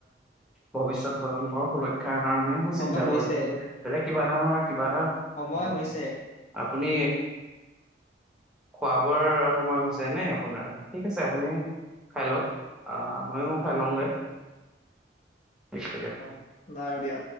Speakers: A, in the centre; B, on the left (about 35°).
A: ভৱিষয়ত প্ৰজন্মৰ সুৰক্ষা কাৰণেে মই
B: সময়
A: চিন্তা
B: হৈছে
A: কৰিছো বলে কিবা এটা মই কিবা এটা
B: সময়
A: অ
B: হৈছে
A: আপুনি খোৱ বৰ সময় হৈছে নাই আপোনাৰ ঠিক আছে আপুনি খাই লওক আহ ময়ো খাই
B: অ
A: লওঁগে ঠিক তেতিয়া
B: অ য দিয়